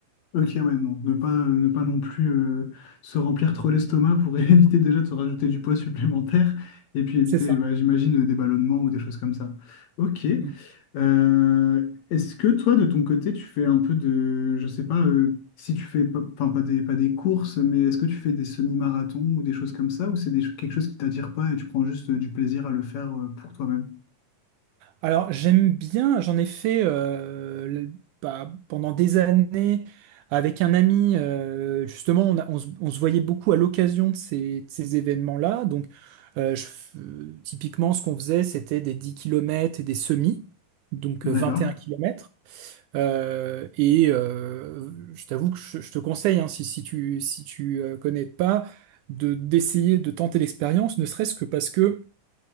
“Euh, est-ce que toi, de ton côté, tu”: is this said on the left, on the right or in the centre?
Left